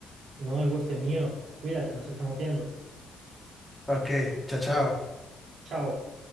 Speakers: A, on the right (about 65°); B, in the centre.
A: No, el gusto es mío. Cuídate, nos estamos viendo.
B: Ok, chao, chao.
A: Chao.